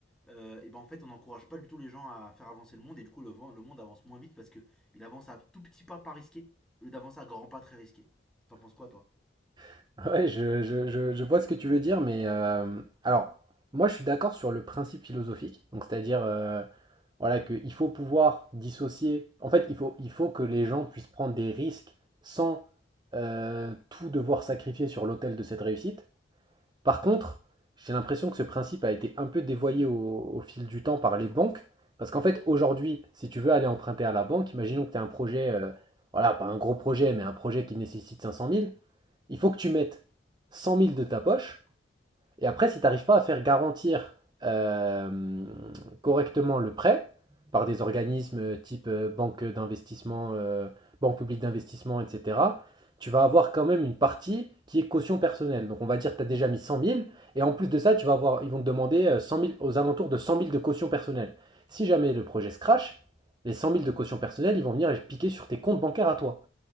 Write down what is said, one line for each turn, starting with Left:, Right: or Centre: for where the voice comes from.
Centre: euh, et ben en fait on n'encourage pas du tout les gens à faire avancer le monde et du coup le, le monde avance moins vite parce que il avance à tout petit pas pas risqué au lieu d'avancer à grands pas très risqué. T'en penses quoi toi
Right: <laughs> Ouais, je, je- je- je vois ce que tu veux dire, mais euh, alors, moi je suis d'accord sur le principe philosophique, donc c'est-à-dire euh, voilà, qu'il faut pouvoir dissocier. En fait, il faut, il faut que les gens puissent prendre des risques sans euh, tout devoir sacrifier sur l'autel de cette réussite. Par contre, j'ai l'impression que ce principe a été un peu dévoyé au, au fil du temps par les banques. Parce qu'en fait, aujourd'hui, si tu veux aller emprunter à la banque, imaginons que tu as un projet, euh, voilà, pas un gros projet, mais un projet qui nécessite cinq cent mille, il faut que tu mettes cent mille de ta poche. Et après, si tu n'arrives pas à faire garantir euh, correctement le prêt par des organismes euh, type euh, banque d'investissement, euh, banque publique d'investissement, etc., tu vas avoir quand même une partie qui est caution personnelle. Donc on va dire que tu as déjà mis cent mille, et en plus de ça, tu vas avoir, ils vont te demander euh, cent mille aux alentours de cent mille de caution personnelle. Si jamais le projet se crache, les cent mille de caution personnelle, ils vont venir les piquer sur tes comptes bancaires à toi.